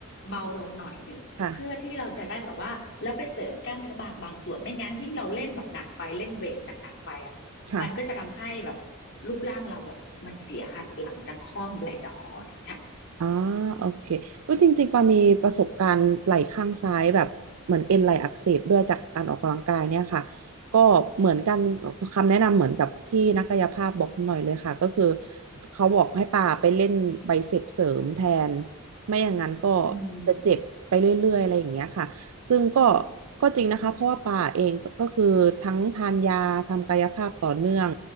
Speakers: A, on the left; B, on the right.
A: เบาลงหน่อยหนึ่งเพื่อที่เราจะได้แบบว่าแล้วไปเสริมกล้ามเนื้อบางบางส่วนไม่งั้นยิ่งเราเล่นแบบหนักไปเล่นเวทหนักๆไปอ่ะมันก็จะทำให้แบบ
B: ค่ะค่ะ
A: รูปร่างเราแบบมันเสียค่ะหลังจะค่อมไหล่จะห่ออะไรเงี้ย
B: อ่าโอเคเว้ยจริงๆปามีประสบการณ์ไหล่ข้างซ้ายแบบเหมือนเอ็นไหล่อักเสบด้วยจากการออกกำลังกายเนี่ยค่ะก็เหมือนกันคำแนะนำเหมือนกับที่นักกายภาพบอกหน่อยเลยค่ะก็คือเขาบอกให้ปาไปเล่นไบเซปเสริมแทนไม่อย่างนั้นก็
A: อืม
B: จะเจ็บไปเรื่อยๆอะไรอย่างเงี้ยค่ะซึ่งก็ก็จริงนะคะเพราะว่าปาเองก็คือทั้งทานยาทำกายภาพต่อเนื่อง